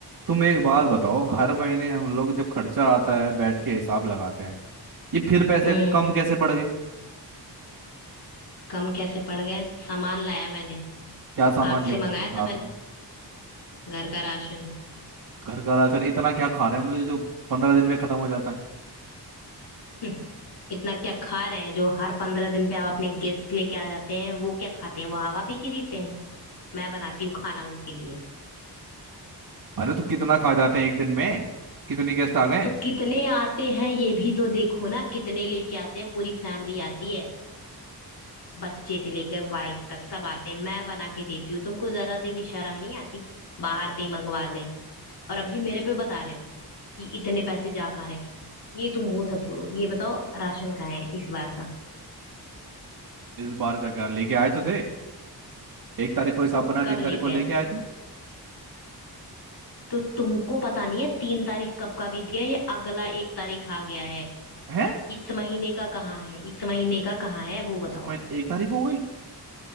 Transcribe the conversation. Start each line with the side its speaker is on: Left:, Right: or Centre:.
Right: तुम एक बात बताओ हर महीने हम लोग जब खर्चा आता है बैठ के हिसाब लगाते हैं ये फिर पैसे
Left: हम्म
Right: कम कैसे पड़ गए
Left: कम कैसे पड़ गए सामान लाया मैंने
Right: क्या सामान
Left: आपसे
Right: लेके
Left: मंगाया
Right: आए हो साथ
Left: था मैंने
Right: में
Left: घर का राशन
Right: घर का राशन इतना क्या खा रहे हैं हम लोग जो पंद्रह दिन में खत्म हो जाता है
Left: हम्म, इतना क्या खा रहे हैं जो हर पंद्रह दिन पे आप अपने गेस्ट लेके आ जाते हैं वो क्या खाते हैं वो हवा पी के जीते हैं मैं बनाती हूँ खाना उनके लिए
Right: अरे तो कितना खा जाते हैं एक दिन में कितनी गेस्ट आ गए
Left: तो कितने आते हैं ये भी तो देखो ना कितने लेके आते हैं पूरी फैमिली आती है बच्चे से लेकर वाइफ तक सब आते हैं मैं बना के देती हूँ तुमको जरा से भी शर्म नहीं आती बाहर से ही मंगवा ले और अभी मेरे पे बता रहे हो कि इतने पैसे जा खा रहे हैं। ये तुम वो सब छोड़ो ये बताओ राशन कहाँ है इस बार का
Right: इस बार का क्या लेके आए तो थे एक तारीख को हिसाब बनाया तीन
Left: कब
Right: तारीख
Left: लेके
Right: को लेके
Left: आए थे
Right: आए थे
Left: तो तुमको पता नहीं है तीन तारीख कब का बीत गया ये अगला एक तारीख आ गया है
Right: हैं
Left: इस महीने का कहाँ है इस महीने का कहाँ है वो बताओ
Right: इस महीने
Left: हमको
Right: एक तारीख हो गई